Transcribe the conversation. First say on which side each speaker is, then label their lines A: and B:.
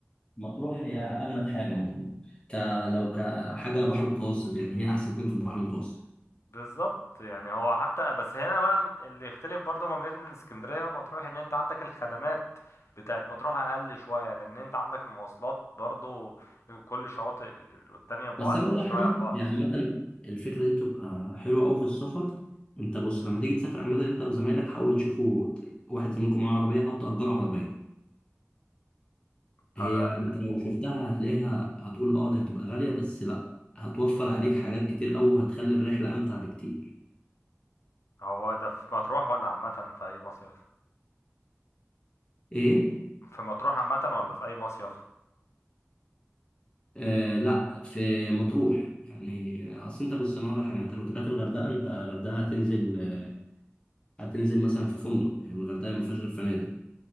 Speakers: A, on the left (about 20°); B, on the left (about 70°).
A: مطروح هي اجمد حاجه ممكن ك لو كحاجه بحر متوسط يعني هي احسن حاجه في البحر المتوسط
B: بالظبط يعني هو حتى بس هنا بقى اللي يختلف برضه ما بين اسكندرية ومطروح ان انت عندك الخدمات بتاعت مطروح اقل شوية لان انت عندك المواصلات برضه كل شواطئ والتانية بعاد
A: بس انا اقول
B: شوية
A: لك حاجه
B: عن
A: يعني مثلا الفكره دي تبقى حلوه قوي في السفر انت بص لما تيجي تسافر عامه انت وزمايلك حاولوا تشوفوا واحد زميلكم معاه عربيه او تاجروا عربيه هي
B: بعض
A: انت لو شفتها هتلاقيها هتقول اه ده هتبقى غاليه بس لا هتوفر عليك حاجات كتير قوي وهتخلي الرحله امتع بكتير
B: هو ده في مطروح ولا عامة في أي مصيف؟
A: ايه
B: في مطروح عامة ولا في أي مصيف؟
A: آه لا في مطروح يعني اصل انت بص انا اقول لك حاجه انت لو طلعت الغردقه انت الغردقه هتنزل آه، هتنزل مثلا في فندق يعني الغردقه ما فيهاش غير فنادق